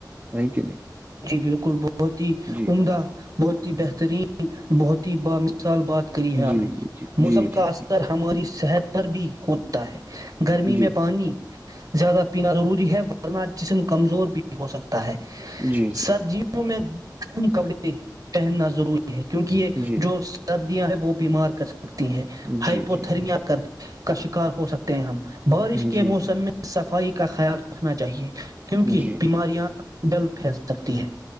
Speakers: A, on the right; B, on the right.
A: ہے کہ نہیں
B: جی بالکل بہت ہی
A: جی
B: عمدہ بہت ہی بہترین بہت ہیام سال بات کری ہے ہمپ
A: جی
B: نے
A: جی جی
B: موسم
A: جی جی
B: کا اثر ہماری صحت پر پر بھی ہوتا ہے گرمی
A: جی
B: میں پانی زیادہ پینا ضروری ہے ورنہ جسم کمزور بھی ہو سکتا ہے
A: جی جی
B: سر جیوں میں گم کبڑے کہنناضروری کیونکہ یہ
A: جی
B: جو سردیاں ہیں وہ پی مارک سکتی ہیں
A: جی
B: ہائپو
A: جی
B: تھرمیا کر کا شکار ہو سکتے ہیں ہم بارش
A: جی
B: کے موسم میں صفائی کا خیال رکھنا چاہیے کیونکہ
A: جی
B: بیماریاں بل پھیس سکتی ہے